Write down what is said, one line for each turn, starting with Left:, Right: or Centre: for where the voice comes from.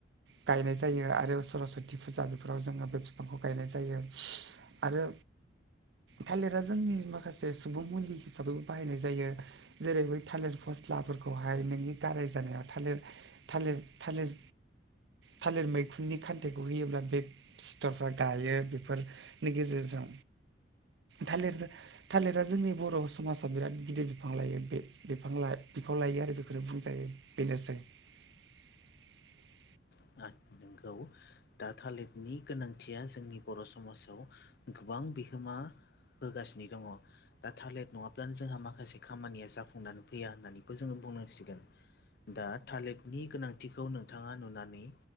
Right: गायनाय जायो आरो सरसति फुजा बेफोराव जोङो बे बिफांखौ गायनाय जायो। आरो थालिरा जोंनि माखासे सुबुं मुलि हिसाबैबो बाहायनाय जायो। जेरै बै थालिर फस्लाफोरखौहाय नोंनि गाराय जानायाव थालिर थालिर थालिर थालिर मैखुननि खान्थाइखौ होयोब्ला बे सिथरफा दायो बेफोरनि गेजेरजों थालिर थालिरा जोंनि बर' समाजाव बिराद गिदिर बिफां लायो। बे बिफां ला बिफाव लायो आरो बेखौनो बुंजायो। बेनोसै। <inaudible>
Left: <unintelligible> नोंगौ। दा थालिदनि गोनांथिया जोंनि बर' समाजाव गोबां बिहोमा होगासिनो दङ। दाथालिद नङाब्लानो जोंहा माखासे खामानिया जाफुंनानै फैया होननानैबो जोङो बुंनांसिगोन। दा थालिदनि गोनांथिखौ नोंथाङा नुनानै